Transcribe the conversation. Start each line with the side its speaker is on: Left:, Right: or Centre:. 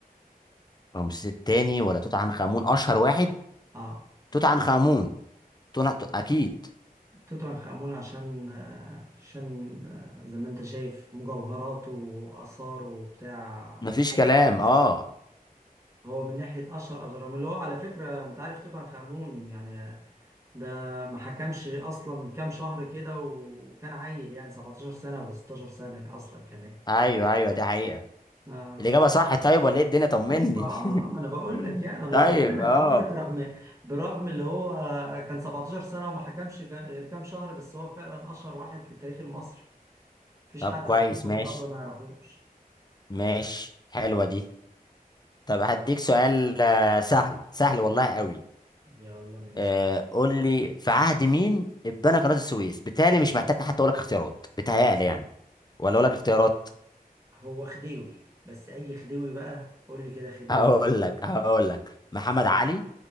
Left: رمسيس التاني ولا توت عنخ امون اشهر واحد
Right: اه
Left: توت عنخ امون تونا... تو- اكيد
Right: توت عنخ آمون عشان آه، عشان آه، زي ما انت شايف مجوهراته وآثاره وبتاع
Left: مفيش كلام اه
Right: هو من ناحية أشهر أهرام اللي هو على فكرة أنت عارف توت عنخ آمون يعني ده ما حكمش أصلا كام شهر كده وكان عيل يعني 17 سنة ولا 16 سنة أصلا كمان
Left: ايوه ايوه دي حقيقة
Right: آه.
Left: الاجابة صح طيب ولا ايه الدنيا طمني
Right: ايوه اه ما انا بقول
Left: <laughs>
Right: لك يعني انا
Left: طيب
Right: بطمنك
Left: اه
Right: بقول لك رغم برغم اللي هو كان 17 سنه وما حكمش جا- غير كام شهر بس هو فعلا اشهر واحد في التاريخ المصري مفيش
Left: طب
Right: حد على
Left: كويس
Right: كوكب
Left: ماشي
Right: الارض ما يعرفوش
Left: ماشي حلوة دي طب هديك سؤال آه، سهل سهل والله قوي
Right: يلا ماشي
Left: آه، قول لي في عهد مين اتبنى قناة السويس بالتالي مش محتاج حتى اقول لك اختيارات بتهيألي يعني ولا اقول لك اختيارات
Right: هو خديوي بس اي خديوي بقى قول لي كده
Left: <laughs>
Right: خديوي
Left: هقول لك هقول لك محمد علي